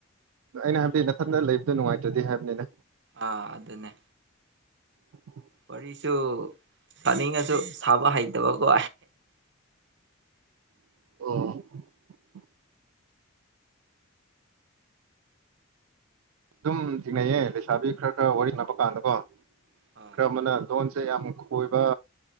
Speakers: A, on the right; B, on the right.
A: ꯑꯩꯅ ꯍꯥꯏꯕꯗꯤ ꯃꯅꯥꯊꯟꯗ ꯂꯩꯕꯗꯣ ꯅꯨꯡꯉꯥꯏꯇ꯭ꯔꯗꯤ ꯍꯥꯏꯕꯅꯦꯗ
B: ꯑꯥ ꯑꯗꯨꯗꯅꯦ
A: ꯍꯝ
B: ꯋꯥꯔꯤꯁꯨ ꯇꯥꯅꯤꯡꯉꯁꯨ ꯁꯥꯕ ꯍꯩꯇꯕꯀꯣ
A: ꯑꯣ ꯑꯗꯨꯝ ꯊꯤꯡꯅꯩꯌꯦ ꯂꯩꯁꯥꯕꯤ ꯈꯔ ꯈꯔ ꯋꯥꯔꯤ ꯁꯟꯅꯕ ꯀꯥꯟꯗꯀꯣ
B: ꯍꯣꯏ
A: ꯀ꯭ꯔꯃꯅ ꯂꯣꯟꯁꯦ ꯌꯥꯝꯃꯨꯛ ꯀꯣꯏꯕ